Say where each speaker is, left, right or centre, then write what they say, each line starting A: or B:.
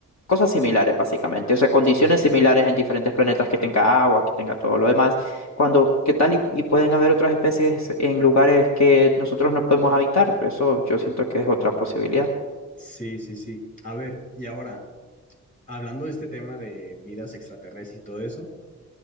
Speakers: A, on the left; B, on the left.
A: cosas similares, básicamente. O sea, condiciones
B: ajá.
A: similares en diferentes planetas que tenga agua, que tenga todo lo demás. Cuando, ¿qué tal? Y, y pueden haber otras especies en lugares que nosotros no podemos habitar. Eso yo siento que es otra posibilidad.
B: Sí, sí, sí. A ver, y ahora, hablando de este tema de vidas extraterrestres y todo eso,